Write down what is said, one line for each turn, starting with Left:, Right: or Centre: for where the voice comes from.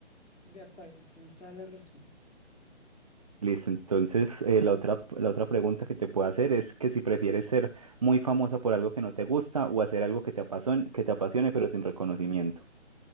Left: De acuerdo, tienes toda la razón.
Right: Listo, entonces eh, la otra, la otra pregunta que te puedo hacer es que si prefieres ser muy famosa por algo que no te gusta o hacer algo que te apasione, que te apasione pero sin reconocimiento.